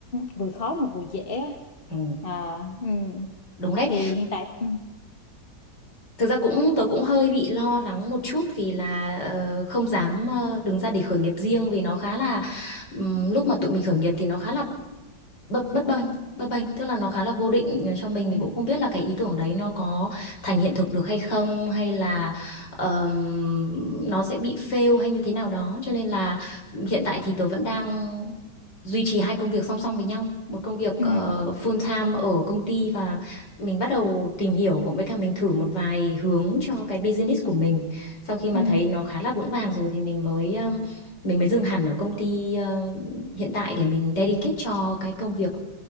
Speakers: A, on the left (about 30°); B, on the left (about 60°).
A: vừa khó mà vừa dễ á.
B: ừ,
A: à ừ.
B: đúng đấy.
A: Thì hiện tại ừ.
B: Thực ra cũng tớ cũng hơi bị lo lắng một chút vì là ờ, không dám ờ, đứng ra để khởi nghiệp riêng vì nó khá là ừm, lúc mà tụi mình khởi nghiệp thì nó khá là bất bất bênh bất bênh tức là nó khá là vô định cho mình mình
A: Ừ.
B: cũng không biết là cái ý tưởng đấy nó có thành hiện thực được hay không hay là ờm, nó sẽ bị fail hay như thế nào đó cho nên là hiện tại thì tớ vẫn đang duy trì hai công việc song song với nhau một công việc
A: Ừ.
B: ờ,
A: Ừ.
B: full time ở công ty và mình bắt đầu tìm hiểu cũng với cả mình thử một vài hướng cho cái business của mình sau khi mà
A: Ừ.
B: thấy nó khá là vững vàng rồi thì mình mới ờm, mình mới dừng hẳn ở công ty ờ, hiện tại để mình dedicate cho cái công việc